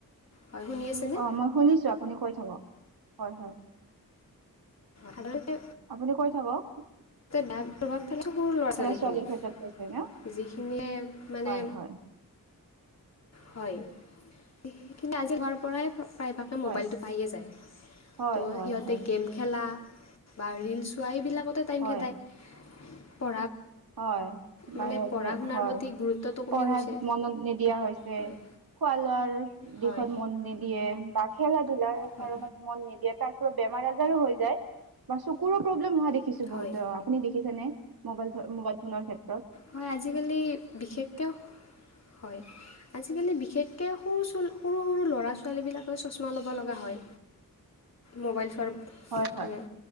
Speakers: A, on the left; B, on the right.
A: হয় শুনি আছেনে
B: অ মই শুনিছো আপুনি কৈ থাকক হয় হয়
A: <unintelligible> সাধাৰতে
B: আপুনি কৈ থাকক
A: বেয়া প্ৰভাৱ থেলে সৰু ল'ৰা ছোৱালীখিনি
B: ছোৱালীৰ ক্ষেত্ৰত কৈছে ন
A: যিখিনিয়ে মানে
B: হয় হয় <inaudible>
A: হয় সেই কিন্তু আজি ঘৰ পৰাই প্ৰায়ভাগে
B: হয়
A: মোবাইলটো পায়ে যায়
B: হয়
A: তো
B: হয়
A: সিহঁতে
B: হয়
A: গেম খেলা বা ৰিল ছোৱা এইবিলাকতে টাইম
B: হয়
A: খেদায় পঢ়া
B: হয়
A: মানে
B: বাহিৰতে
A: পঢ়া শুনাৰ
B: হয়
A: প্ৰতি গুৰুত্বটো কমি
B: পঢ়াত
A: গৈছে
B: মনত নিদিয়া হৈছে
A: হয়
B: খোৱা লোৱাৰ দিশত
A: হয়
B: মন নিদ দিয়ে বা খেলা ধূলাৰ
A: হয়
B: কাৰণত মন নিদিয়াত তাৰ পিছত বেমাৰ আজাৰো হৈ যায় বা চকুৰো প্ৰব্লেম হোৱা দেখিছো
A: হয়
B: বহুত আপুনি দেখিছেনে মবাইল ফ মোবাইল ফোনৰ ক্ষেত
A: হয় আজিকালি বিশেষকৈ হয় আজিকালি বিশেষকৈ সৰু সৰু সৰু ল'ৰা ছোৱালীবিলাকে চশমা ল'ব লগা হয় মোবাইল চোৱাৰ
B: হয় হয়
A: মানে